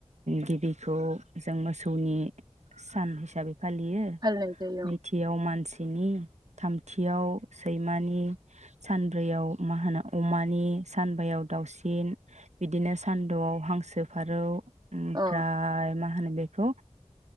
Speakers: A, on the right; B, on the right.
A: गिबिखौ जों मोसौनि सान हिसाबै फालियो
B: फालिनाय जायो
A: नैथियाव मानसि दिनि थामथियाव सैमानि सानब्रैयाव मा होनो अमानि सानबायाव दाउसिन बिदिनो सानद'आव हांसो फारौ ओमफ्राय
B: औ
A: मा माहोनो बेखौ